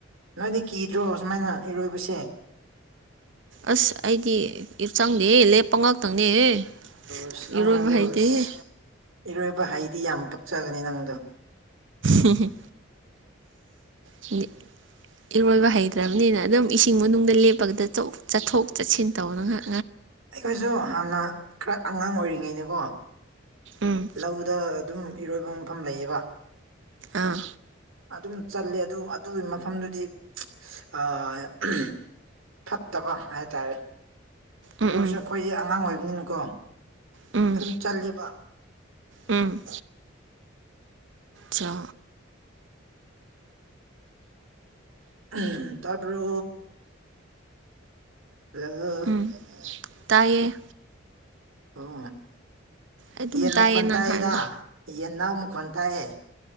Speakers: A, on the right; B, on the right.
A: ꯅꯣꯏꯗꯤ ꯀꯤꯗ꯭ꯔꯣ ꯁꯨꯃꯥꯏꯅ ꯏꯔꯣꯏꯕꯁꯦ
B: ꯑꯁ ꯑꯩꯗꯤ ꯆꯪꯗꯦꯍꯦ ꯂꯦꯞꯄ ꯉꯥꯛꯇꯪꯅꯦꯍꯦ
A: ꯑꯁ ꯅꯪꯗꯣ
B: ꯏꯔꯣꯏꯕ ꯍꯩꯇꯦꯍꯦ
A: ꯑꯁ ꯏꯔꯣꯏꯕ ꯍꯩꯗꯤ ꯌꯥꯝ ꯄꯛꯆꯒꯅꯤ ꯅꯪꯗꯣ
B: ꯍꯨꯡ ꯍꯨꯡ ꯍ ꯏꯔꯣꯏꯕ ꯍꯩꯇ꯭ꯔꯕꯅꯤꯅ ꯑꯗꯨꯝ ꯏꯁꯤꯡ ꯃꯅꯨꯡꯗ ꯂꯦꯞꯄꯒꯗ ꯆꯣꯛ ꯆꯠꯊꯣꯛ ꯆꯠꯁꯤꯟ ꯇꯧꯕꯅ ꯉꯥ
A: ꯑꯩꯈꯣꯏꯁꯨ ꯍꯥꯟꯅ ꯈꯔ ꯑꯉꯥꯡ ꯑꯣꯏꯔꯤꯉꯩꯗꯀꯣ
B: ꯎꯝ
A: ꯂꯧꯗ ꯑꯗꯨꯝ ꯏꯔꯣꯏꯕ ꯃꯐꯝ ꯂꯩꯌꯦꯕ
B: ꯑꯥ
A: ꯑꯗꯨꯝ ꯆꯜꯂꯤ ꯑꯗꯨ ꯑꯗꯨꯒꯤ ꯃꯐꯝꯗꯨꯗꯤ ꯑꯥ ꯎꯝ ꯐꯠꯇꯕ ꯍꯥꯏꯇꯥꯔꯦ ꯑꯗꯨꯑꯣꯏꯔꯁꯨ
B: ꯎꯝ ꯎꯝ
A: ꯑꯩꯈꯣꯏꯒꯤ ꯑꯉꯥꯡ ꯑꯣꯏꯕꯅꯤꯅꯀꯣ
B: ꯎꯝ
A: ꯑꯗꯨꯝ ꯆꯠꯂꯦꯕ
B: ꯎꯝ ꯆꯥꯎ
A: ꯎꯝ ꯎꯝ ꯇꯥꯕ꯭ꯔꯣ ꯍꯜꯂꯣ
B: ꯎꯝ ꯇꯥꯏꯌꯦ
A: ꯂꯧꯁꯤꯟꯕ ꯉꯝꯗꯕ
B: ꯑꯗꯨꯝ
A: ꯌꯦꯟ
B: ꯇꯥꯏꯌꯦ
A: ꯈꯣꯟꯇ
B: ꯅꯪ
A: ꯇꯥꯏꯗꯥ
B: ꯍꯥꯏꯕꯗꯣ
A: ꯌꯦꯟꯅꯥꯎ ꯃꯈꯣꯟ ꯇꯥꯏꯌꯦ